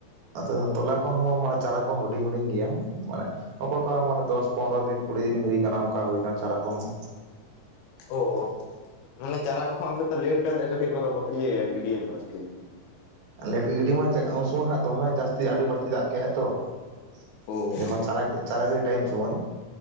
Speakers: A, on the right; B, on the left.
A: ᱟ ᱛᱚᱞᱟ ᱠᱚᱦᱚᱸ, ᱢᱟᱱᱮ ᱪᱟᱨᱟ ᱠᱚᱦᱚᱸ ᱦᱩᱰᱤᱧ ᱦᱩᱰᱤᱧ ᱜᱮᱭᱟ᱾ ᱢᱟᱱᱮ ᱚᱠᱚᱭ ᱠᱚᱣᱟᱜ ᱢᱟᱱᱮ ᱫᱚᱥ ᱯᱚᱱᱨᱚ ᱫᱤᱱ ᱠᱩᱲᱤ ᱫᱤᱱ ᱦᱩᱭ ᱟᱠᱟᱱᱟ, ᱚᱱᱠᱟ ᱦᱩᱭ ᱟᱠᱟᱱᱟ ᱪᱟᱨᱟ᱾ ᱠᱚᱦᱚᱸ
B: ᱚ ᱚ ᱾ ᱢᱟᱱᱮ ᱪᱟᱨᱟ ᱠᱚᱦᱚᱸ, ᱟᱯᱮ ᱛᱚ ᱞᱮᱴ ᱠᱟᱱ ᱠᱟᱹᱴᱤᱡ ᱤᱭᱟᱹᱭᱟ ᱜᱤᱰᱤᱭᱟ ᱯᱮ ᱟᱨᱠᱤ?
A: ᱟᱞᱮ ᱜᱤᱰᱤ ᱢᱚᱸᱡᱽᱼᱟ ᱩᱱ ᱥᱚᱢᱚᱭ ᱦᱟᱸᱜ ᱫᱚᱢᱮ ᱡᱟᱹᱥᱛᱤ, ᱟᱹᱰᱤ ᱵᱟᱹᱲᱛᱤ ᱫᱟᱜ ᱠᱮᱫᱮᱜᱟᱭ ᱛᱚ ᱾
B: ᱚ
A: ᱡᱚᱠᱷᱚᱱ ᱪᱟᱨᱟ ᱪᱟᱨᱟ ᱜᱤᱰᱤ ᱴᱟᱭᱤᱢ ᱥᱚᱢᱚᱭ᱾